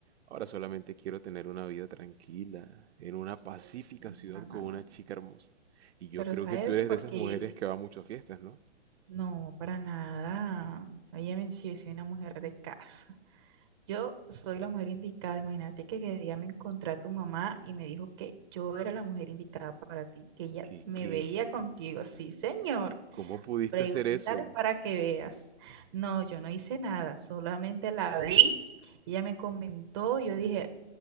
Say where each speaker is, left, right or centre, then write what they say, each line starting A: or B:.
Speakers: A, on the right (about 75°); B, on the right (about 25°).
A: ahora solamente quiero tener una vida tranquila, en una
B: Sí.
A: pacífica ciudad
B: Ah,
A: con una chica hermosa. Y yo
B: Pero
A: creo
B: ¿sabes
A: que tú eres
B: por
A: de esas
B: qué?
A: mujeres que va mucho a fiestas, ¿no?
B: No, para nada. Óyeme, si yo soy una mujer de casa. Yo soy la mujer indicada. Imagínate que el día me encontré a tu mamá y me dijo que yo era la mujer indicada para ti, que ella
A: ¿Qué,
B: me
A: qué?
B: veía contigo. Sí, señor.
A: ¿Cómo pudiste
B: Pregúntale
A: hacer eso?
B: para que veas. No, yo no hice nada, solamente la vi. Ella me comentó, yo dije,